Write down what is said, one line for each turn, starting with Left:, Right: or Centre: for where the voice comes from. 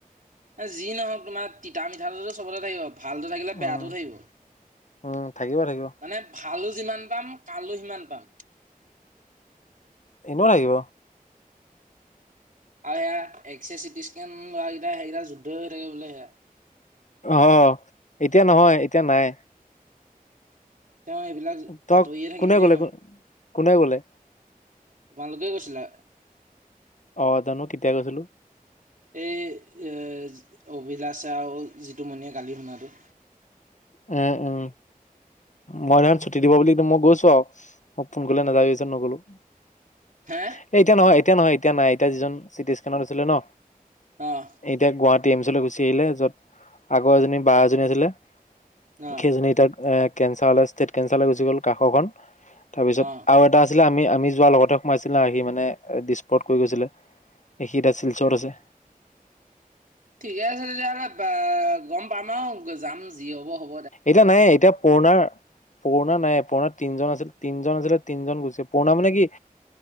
Right: এ যি নহওঁক তোমাৰ তিতা মিঠাটোতো চবতে থাকিব ভালটো থাকিলে বেয়াটো
Left: উম,
Right: থাকিব।
Left: উম', থাকিব, থাকিব।
Right: মানে ভালো যিমান পাম কালো সিমান পাম।
Left: নিব লাগিব?
Right: আৰু সেয়া এক্স ৰে, চিটি স্কেন লোৱা কেইটা সেইকেইটা যুদ্ধ হৈ থাকে বোলে সেয়া
Left: অ', এতিয়া নহয়, এতিয়া নাই।
Right: তেওঁ এইবিলাক আঁতৰিয়ে
Left: তই
Right: থাকিম
Left: কোনে
Right: দেই
Left: ক'লে
Right: মই
Left: কোনে ক'লে?
Right: তোমালোকে কৈছিলা।
Left: অ', জানো কেতিয়া কৈছিলোঁ।
Right: এই, এ অভিলাষে আৰু জিতুমণিয়ে কালি শুনাটো
Left: উম উম মই <unintelligible> ছুটি দিব বুলি মই গৈছোঁ আৰু, মই ফোন কৰিলে নাযায় <unintelligible> নগ'লো।
Right: হে?
Left: হে এতিয়া নহয়, এতিয়া নহয়, এতিয়া নাই, এতিয়া যিজন চিটি স্কেনত আছিলে ন'
Right: অ'।
Left: এতিয়া গুৱাহাটী এইমচলৈ গুচি আহিলে, য'ত আগৰ জনী বাঁ এজনী আছিলে।
Right: অ
Left: সেইজনী এতিয়া এ কেঞ্চাৰলৈ ষ্টেট কেঞ্চাৰলৈ গুচি গ'ল কাষৰ খন, তাৰপিছত
Right: অ
Left: আৰু এটা আছিলে, আমি আমি যোৱাৰ লগতে সোমাইছিলে আহি মানে দিছপুৰত কৈ গৈছিলে। সি এতিয়া শিলচৰত আছে।
Right: ঠিকে আছে তেতিয়াহ'লে আ, গৰম পাম আৰু যাম যি হ'ব হ
Left: এতিয়া নাই, এতিয়া পুৰণাৰ পুৰণা নাই, পুৰণা তিনজন আছিল। তিনজন আছিলে, তিনজন গুচি পুৰণা মানে কি